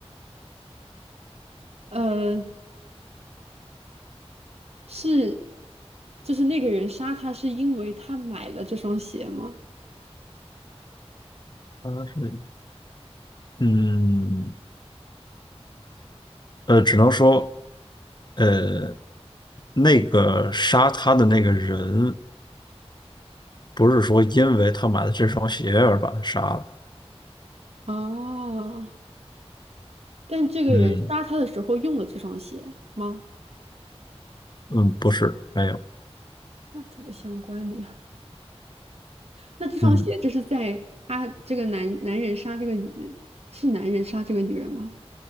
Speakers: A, on the right; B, on the left.
A: <laughs> 呃，是，就是那个人杀他是因为他买了这双鞋吗？
B: 它是，嗯，呃，只能说，呃，那个杀他的那个人，不是说因为他买了这双鞋而把他杀了，
A: 啊，但这个人杀他的时候用了这双鞋吗？
B: 嗯嗯，不是，没有，
A: 那怎么相关的呀？那这双鞋就是在他这个男男人杀这个女人，
B: 嗯，
A: 是男人杀这个女人吗？